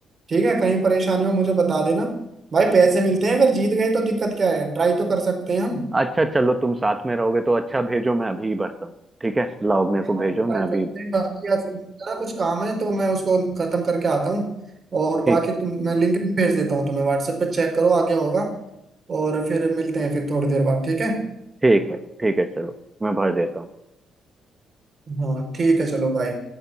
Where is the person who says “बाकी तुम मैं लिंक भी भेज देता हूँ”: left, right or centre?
Right